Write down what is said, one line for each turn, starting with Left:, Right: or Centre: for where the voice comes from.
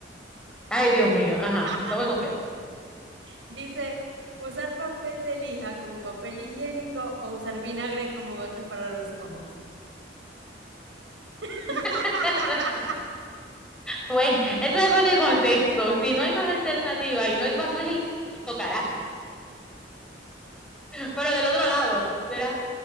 Centre: ay, Dios mío, ajá,
Right: <laughs>
Centre: no voy confianza.
Right: Dice, usar papel de lija como papel higiénico o usar vinagre como gotas para los ojos. <laughs>
Centre: <laughs> Pues, eso depende del contexto. Si no hay más alternativa y no hay papel, tocará. Pero del otro lado, será.